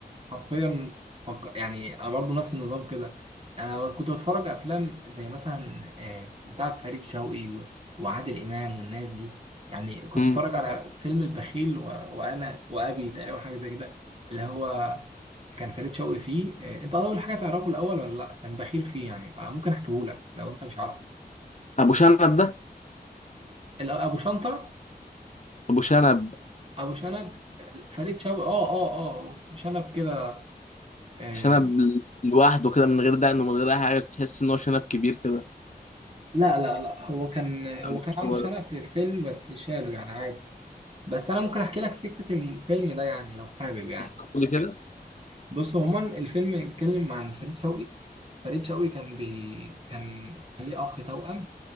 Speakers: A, on the right (about 35°); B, on the left (about 45°).
A: حرفيا فك... يعني انا برضه نفس النظام كده انا كنت بتفرج افلام زي مثلا آه، بتاعه فريد شوقي و... وعادل امام والناس دي يعني كنت
B: مم.
A: اتفرج على فيلم البخيل و... وانا وابي تقريبا حاجه زي كده اللي هو كان فريد شوقي فيه آه، انت اول حاجه تعرفه الاول ولا لا كان بخيل فيه يعني آه، ممكن احكيه لك لو انت مش عارفه
B: ابو شنب ده
A: ال- ابو شنطه
B: ابو شنب
A: ابو شنب فريد شوقي اه اه اه شنب كده آه،
B: شنب لوحده كده من غير دقن ومن غير اي حاجه تحس ان هو شنب كبير كده
A: لا لا لا هو كان هو
B: مش
A: كان عنده
B: هو
A: شنف
B: ده
A: للفيلم بس شاله يعني عادي بس انا ممكن احكي لك فكره الفيلم ده يعني لو حابب يعني
B: بيحكوا لي كده
A: بص عموما الفيلم بيتكلم عن فريد شوقي فريد شوقي كان بي كان كان ليه اخ توأم